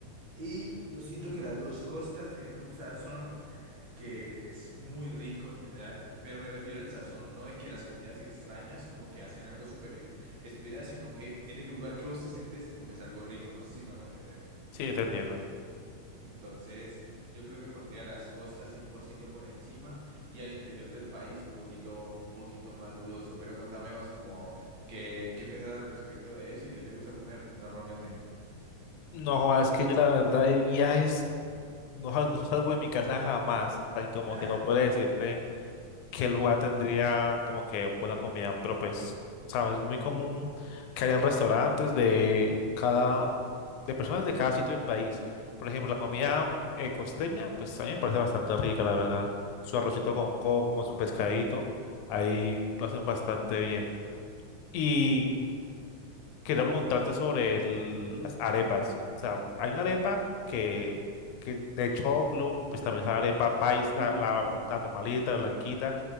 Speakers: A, on the right (about 65°); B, on the left (about 80°).
A: Y yo siento que las dos costas tienen un sazón. que es muy rico en general, pero me refiero al sazón, no de que las comidas extrañas como que hacen algo súper e- especial, sino que en el lugar que vos te sentés te comes algo rico, no sé si me hago entender.
B: Sí, te entiendo.
A: Entonces, yo creo que pondría las costas 100% por ciento por encima y al interior del país un poquito, un poquito más dudoso. Pero contame vos como qué, qué pensás al respecto de eso y qué te gusta comer normalmente.
B: No, es que yo la verdad de viajes no, sal- no salgo de mi casa jamás. O sea, que como
A: <laughs>
B: que no puedo decirte. qué lugar tendría como que buena comida, pero pues, sabes, es muy común que hayan restaurantes de cada, de personas de cada sitio del país. Por ejemplo, la comida eh, costeña, pues a mí me parece bastante rica, la verdad. Su arrocito con coco, con su pescadito, ahí lo hacen bastante bien. Y quería preguntarte sobre el-
A: ¿Mm?
B: las arepas. O sea, hay una arepa que, que de choclo, pues también es la arepa paisa,
A: Uh.
B: la, la normalita, la blanquita,